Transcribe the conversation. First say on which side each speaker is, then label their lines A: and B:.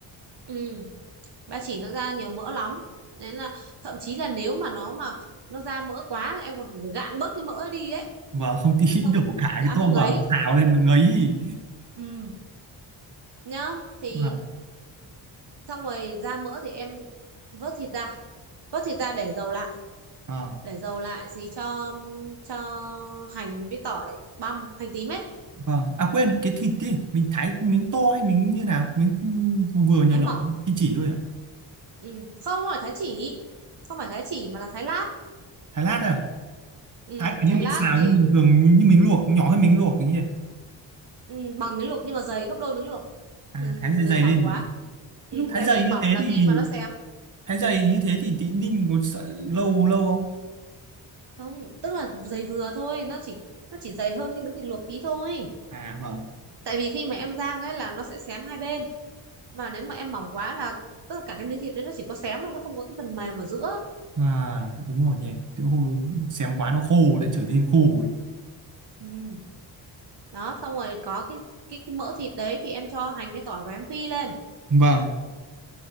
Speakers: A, on the right (about 55°); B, on the right (about 35°).
A: ừ ba chỉ nó ra nhiều mỡ lắm nên là thậm chí là nếu mà nó mà nó ra mỡ quá là em còn phải gạn bớt cái mỡ ấy đi ấy
B: và không <laughs> tí
A: không
B: đổ cả
A: không
B: cái
A: thì ăn
B: tôm
A: nó ngấy
B: vào xào lên nó ngấy
A: ừ nhá thì
B: Vâng.
A: xong rồi ra mỡ thì em vớt thịt ra vớt thịt ra để dầu lại
B: Ờ.
A: để dầu lại gì cho cho hành với tỏi băm hành tím ấy
B: Vâng. À quên, cái thịt đi, mình thái miếng to hay miếng như nào? Miếng vừa vừa nhỏ
A: thái
B: nhỏ
A: mỏng
B: chỉ chỉ thôi à?
A: ừ. không không phải thái chỉ không phải thái chỉ mà là thái lát
B: Thái lát à?
A: ừ.
B: Thái kiểu
A: thái
B: như mình
A: lát
B: xào
A: thì
B: nhưng bình thường như, như mình luộc, nhỏ hơn mình luộc cái như này.
A: ừ, bằng miếng luộc nhưng mà dày gấp đôi miếng luộc
B: À
A: đừng
B: thái dày
A: đừng
B: dày
A: mỏng
B: lên
A: quá
B: gì?
A: ừ.
B: Nhưng thái
A: tại
B: dày
A: vì mỏng
B: như thế
A: là
B: thì
A: khi mà nó xém
B: thái dày như thế thì tí ninh có sợ lâu lâu không?
A: không tức là dày vừa thôi nó chỉ nó chỉ dày hơn cái miếng thịt luộc tí thôi
B: À vâng.
A: tại vì khi mà em rang ấy là nó sẽ xém hai bên mà nếu mà em mỏng quá là tức là cả cái miếng thịt đấy nó chỉ có xém thôi nó không có cái phần mềm ở giữa
B: À đúng rồi nhỉ. Tự hôm xem
A: Ừ.
B: quá nó khô lại trở nên khô ấy.
A: Ừ. đó xong rồi có cái cái cái mỡ thịt đấy thì em cho hành với tỏi và em phi lên
B: Vâng.